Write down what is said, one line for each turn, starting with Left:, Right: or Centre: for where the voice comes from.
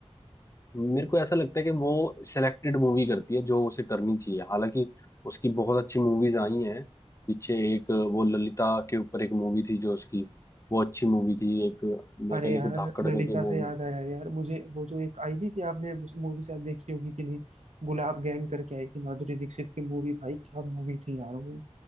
Left: मेरे को ऐसा लगता है कि वो सिलेक्टेड मूवी करती है जो उसे करनी चाहिए हालांकि उसकी बहुत अच्छी मूवीज आई हैं पीछे एक वो ललिता के ऊपर एक मूवी थी जो उसकी वो अच्छी मूवी थी एक मेरे
Right: अरे
Left: ख्याल
Right: यार
Left: एक धाकड़
Right: नैनीताल
Left: करके मूवी
Right: से याद आया यार मुझे वो जो एक आई नहीं थी आपने मूवी शायद देखी होगी कि नहीं गुलाब गैंग करके आई थी माधुरी दीक्षित की मूवी भाई क्या मूवी थी यार वो